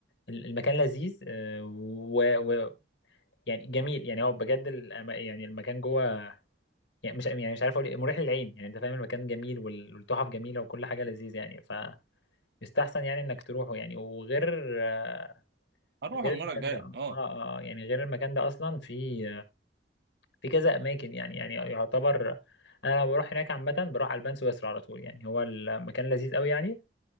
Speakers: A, on the left; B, on the right.
A: ال- المكان لذيذ آه، و, و يعني جميل يعني هو بجد الأما- يعني المكان جوه يعني مش يعني مش عارف اقول إيه، مريح للعين يعني انت فاهم المكان جميل وال- والتحف جميلة وكل حاجة لذيذة يعني فيستحسن يعني انك تروحه يعني وغير آه،
B: هروح
A: غير
B: المرة
A: المكان
B: الجاية
A: ده اه
B: اه
A: اه آه، يعني غير المكان ده اصلا في في كذا اماكن يعني يعني يعتبر انا لما بروح هناك عامه بروح على البان سويسرا على طول يعني هو المكان لذيذ قوي يعني